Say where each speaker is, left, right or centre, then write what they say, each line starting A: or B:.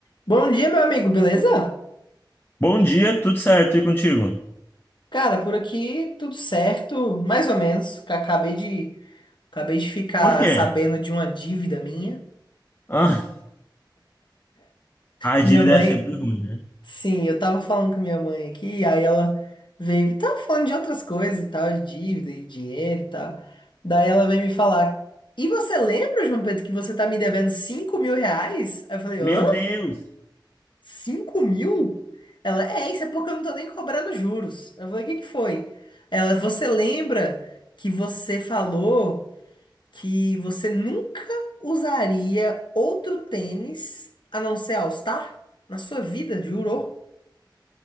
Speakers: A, on the left; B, on the left.
A: Bom dia, meu amigo, beleza?
B: Bom dia, tudo certo e contigo?
A: Cara, por aqui tudo certo, mais ou menos. que Acabei de, acabei de ficar
B: Por quê?
A: sabendo de uma dívida minha.
B: Ah, a
A: Minha
B: dívida
A: mãe,
B: é sempre ruim, né?
A: sim, eu tava falando com minha mãe aqui, aí ela veio, tava falando de outras coisas e tal, de dívida e dinheiro e tal. Daí ela veio me falar: E você lembra, João Pedro, que você tá me devendo cinco mil reais? Aí eu falei: Hã?
B: Meu Deus!
A: Cinco mil? Ela, é, isso é porque eu não tô nem cobrando juros. Eu falei, o que que foi? Ela, você lembra que você falou que você nunca usaria outro tênis a não ser All Star? Na sua vida, jurou?